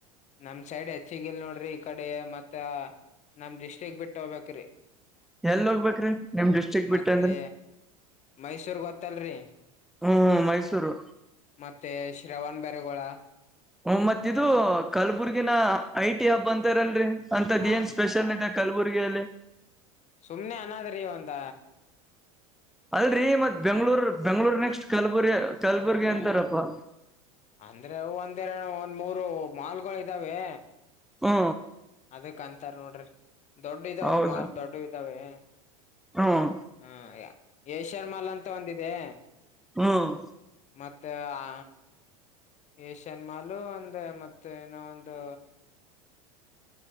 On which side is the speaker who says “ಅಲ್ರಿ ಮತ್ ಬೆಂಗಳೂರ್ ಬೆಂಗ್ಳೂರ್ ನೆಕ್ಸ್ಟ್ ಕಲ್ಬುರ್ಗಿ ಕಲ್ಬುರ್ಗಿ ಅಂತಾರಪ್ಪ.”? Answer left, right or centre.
Centre